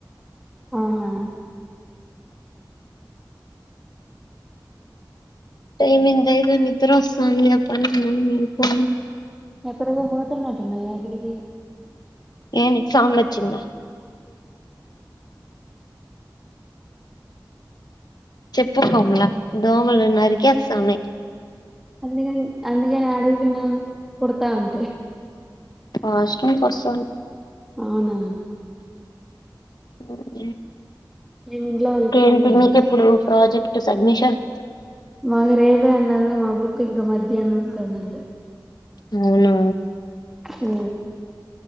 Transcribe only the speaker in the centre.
అవునా
ఎక్కడికో పోతున్నటున్నా ఎక్కడికి
అందు అందుక ఆడి పన్న కొడుతా ఉంటే
అవునా
ఏమి ఇంట్లో వాళ్ళకి
ఫోన్ చేయలేదా
మాది రేపే అన్నాకథ మా బుక్ ఇంక మధ్యాహ్నం వస్తుందంటే
ఉ